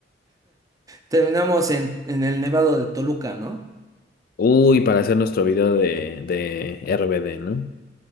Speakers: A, on the right; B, on the left.
A: Terminamos en, en el Nevado de Toluca, ¿no?
B: Uy, para hacer nuestro video de, de RBD, ¿no?